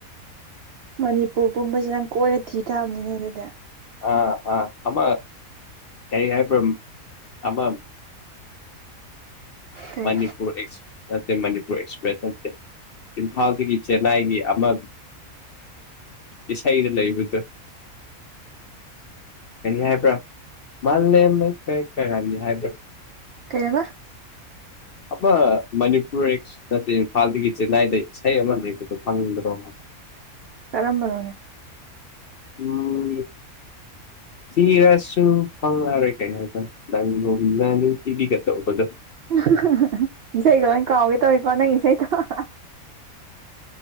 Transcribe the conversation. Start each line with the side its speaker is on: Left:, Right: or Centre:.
Right: ꯃꯅꯤꯄꯨꯔ ꯄꯨꯝꯕꯕꯁꯤ ꯅꯪ ꯀꯣꯏꯔ ꯊꯤ ꯊꯥꯕꯅꯤꯅꯦ ꯑꯗꯨꯗꯤ
Left: ꯑꯥ ꯑꯥ ꯑꯃ ꯀꯔꯤ ꯍꯥꯏꯕ꯭ꯔ ꯑꯃ ꯎꯃ
Right: ꯀꯩ
Left: ꯃꯅꯤꯄꯨꯔ ꯑꯦꯛꯁ ꯃꯅꯤꯄꯨꯔ ꯑꯦꯛꯁꯄ꯭ꯔꯦꯁ ꯅꯠꯇꯦ ꯏꯝꯐꯥꯜꯗꯒꯤ ꯆꯦꯟꯅꯥꯏꯒꯤ ꯑꯃ ꯏꯁꯩꯗ ꯂꯩꯕꯗꯣ ꯀꯔꯤ ꯍꯥꯏꯕ꯭ꯔꯥ ꯃꯥꯜꯂꯝ ꯂꯩꯀꯥꯏ ꯀꯔꯤ ꯍꯥꯏꯕ꯭ꯔꯥ
Right: ꯀꯩꯕ
Left: ꯑꯃ ꯃꯅꯤꯄꯨꯔ ꯅꯠꯇꯦ ꯏꯝꯐꯥꯜꯗꯒꯤ ꯆꯦꯟꯅꯥꯏꯗ ꯏꯁꯩ ꯑꯃ ꯂꯩꯕꯗꯣ ꯐꯪꯗ꯭ꯔꯣ
Right: ꯀꯔꯝꯕꯅꯣ
Left: ꯑꯝ ꯊꯤꯔꯁꯨ ꯐꯪꯂꯪꯂꯔꯣꯏ ꯀꯩ ꯍꯥꯏꯅ ꯅꯪ ꯒꯨꯝꯅ ꯅꯨꯡꯇꯤꯕꯤꯒ ꯇꯧꯕꯗꯣ
Right: ꯍꯥꯍꯥ ꯍꯥ ꯏꯁꯩꯗꯣ ꯂꯣꯏ ꯀꯥꯎꯒꯦ ꯇꯧꯋꯦꯀꯣ ꯅꯪ ꯏꯁꯩꯗꯣ ꯍꯥꯍꯥ